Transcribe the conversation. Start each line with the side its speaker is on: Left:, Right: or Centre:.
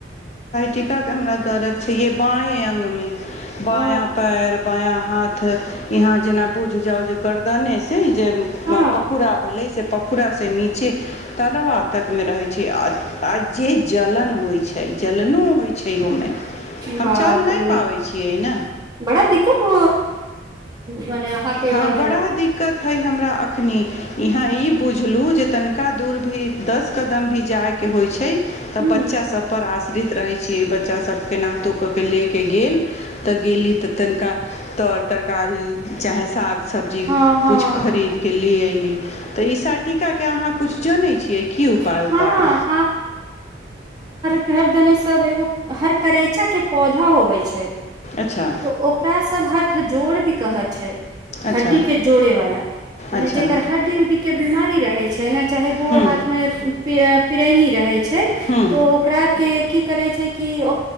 Left: टीकाके हमरा दरद छैे बाँए अङ्गमे बायाँ
Right: ओ
Left: पैर बायाँ हा हाथ यहाँ जेना बुझि जाउ जे गरदने से जे
Right: हँ
Left: पखुड़ा भेलै से पखुड़ा से नीचे तलबा तक मे रहैत छै आ जे जलन होइ छै जलनो होय छै उ मेहम
Right: बाप
Left: चल नै
Right: रे
Left: पाबै छियै न
Right: बड़ा दिक्कत हो मने अहाँके
Left: हं
Right: रहै
Left: बड़ा दिक्कत है हमरा अखनीइहां ई बुझलु जे दूर भी दस कदम भी जाएके के होइ छै तब
Right: हूँ
Left: बच्चा सब पर आश्रित रहे छीयै बच्चा सब केनाहुतो क के ले के गेल तऽ गेली तऽ तनिका तर तरकारी चाहे साग सब्जी
Right: हँ हँ
Left: किछु खरीदके लऽ अयली तऽ ई सटीकाके अहाँ किछु जनै छियै की उपाय
Right: हँ
Left: उपाय
Right: हर देने सब एगो हर करैचा के पौधा होवे छै
Left: अच्छा
Right: तऽ ओकरा सब हथ जोड़ कहै छै हड्डी
Left: अच्छा
Right: के जोड़े वाला मने
Left: अच्छा
Right: जेकर हड्डी उड्डी के बीमारी रहै छै ने चाहे ओय
Left: हुँ
Right: हाथमे पीडा़ पीड़ैनी रहै छै
Left: हुँ
Right: तो ओकरा आर के की करे छै कि ओ